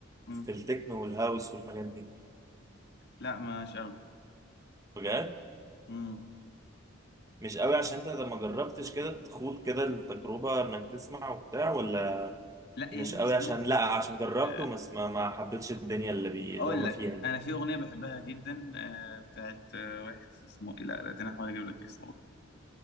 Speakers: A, on the left (about 55°); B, on the right (about 15°).
A: مم.
B: في التكنو والهاوس والحاجات دي
A: لا مش قوي
B: بجد
A: مم.
B: مش قوي عشان انت لما جربتش كده تخوض كده التجربه انك تسمع وبتاع ولا
A: لا
B: مش
A: يعني انا
B: قوي
A: سمعت
B: عشان لا عشان جربته
A: آه،
B: بس ما ما حبيتش الدنيا اللي بي
A: اقول
B: اللي هم
A: لك
B: فيها دي.
A: انا في اغنية بحبها جدا آه، بتاعت آه، واحد اسمه إيه؟ لا لا ده انا هحاول اجيب لك اسمه بقى.